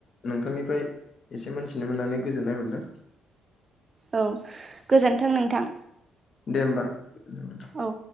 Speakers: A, on the left; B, on the right.
A: नोंथांनिफ्राय एसे मोनथिनो मोननानै गोजोननाय मोनदों
B: औ गोजोन्थों नोंथां
A: दे होमबा गोजोनबाय
B: औ